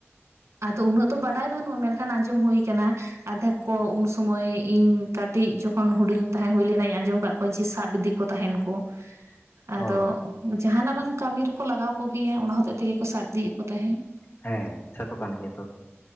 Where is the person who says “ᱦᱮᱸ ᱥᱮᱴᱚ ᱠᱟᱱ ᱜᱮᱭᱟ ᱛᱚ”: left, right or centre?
Left